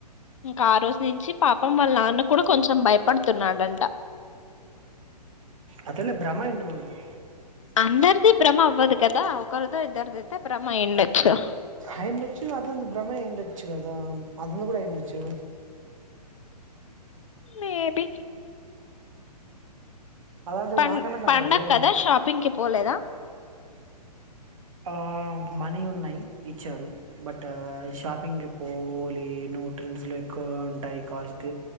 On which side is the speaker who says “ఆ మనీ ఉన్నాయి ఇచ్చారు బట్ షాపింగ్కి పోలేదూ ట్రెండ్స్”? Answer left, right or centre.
Right